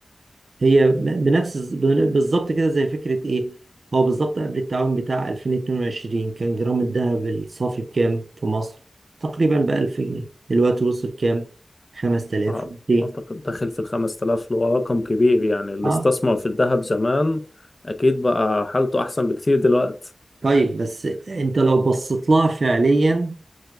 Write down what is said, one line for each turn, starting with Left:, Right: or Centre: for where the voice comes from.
Right: هي ب- بنفس بالظبط كده زي فكره ايه هو بالظبط قبل التعويم بتاع 2022 كان جرام الذهب الصافي بكام في مصر تقريبا ب 1000 جنيه دلوقتي وصل كام 5200
Left: أع- اعتقد داخل في الخمس تلاف اللي هو رقم كبير يعني اللي
Right: اه
Left: استثمر في الذهب زمان اكيد بقى حالته احسن بكتير دلوقتي
Right: طيب بس انت لو بصيت لها فعليا